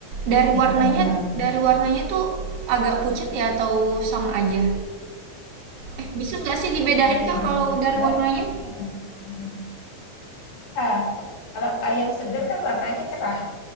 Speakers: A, on the right; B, on the left.
A: dari
B: jadi
A: warnanya
B: tenggelam gitu.
A: dari warnanya tuh agak pucat ya atau sama aja? Eh, bisa nggak sih dibedain
B: Kalau dia
A: Kak
B: udah
A: kalau
B: pucet,
A: dari warnanya?
B: artinya dia udah nggak seger. Nah, kalau ayam seger kan warnanya cerah.